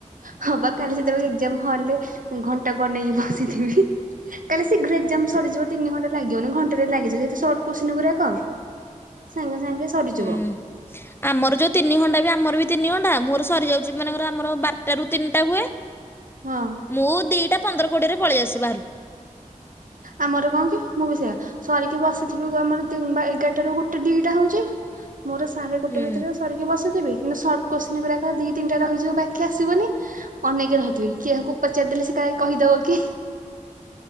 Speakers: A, on the right; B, on the left.
A: ହଁ ବା କାଲି ସେତେବେଳେ ଏଗ୍ଜାମ୍ ହଲରେ ଘଣ୍ଟାକୁ ଅନେଇ ବସିଥିବି। କାଲି ଶୀଘ୍ର ଏକ୍ଜାମ ସରିଯିବ ତିନି ଘଣ୍ଟା ଲାଗିବନି ଘଣ୍ଟାଟେ ଲାଗିଯିବ ଯେହେତୁ ସର୍ଟ କୋଶ୍ଚିନ୍ ଗୁରାକ। ସାଙ୍ଗେ ସାଙ୍ଗେ ସରିଯିବ।
B: ହୁଁ। ଆମର ଯୋଉ ତିନି ଘଣ୍ଟା ବି ଆମର ବି ତିନି ଘଣ୍ଟା ମୋର ସରିଯାଉଛି ମନେକର ଆମର ବାର୍ ଟାରୁ ତିନଟା ହୁଏ।
A: ହଁ।
B: ମୁଁ ଦି ଟା ପନ୍ଦର କୋଡ଼ିଏରେ ପଳେଇ ଆସେ ବାହାରକୁ।
A: ଆମର କଣ କି ମୁଁ ବି ସେଇୟା। ସରିକି ବସିଥିବେ ଗ ଆମର ଦି ବା ଏଗାରଠାରୁ ଗୋଟେ ଦିଟା ହଉଛି। ମୋର ସାଢ଼େ ଗୋଟେ
B: ହୁଁ
A: ଭିତରେ ସରିକି ବସିଥିବି କିନ୍ତୁ ସର୍ଟ କୋଶ୍ଚିନ୍ ଗୁରାକ ଦି ନି ଟା ରହିଯିବ ବାକି ଆସିବନି। ଅନେଇକି ରହିଥିବି କିଏ କୁ ପଚାରଦେଲେ ସେ କାଳେ କହିଦବ କି?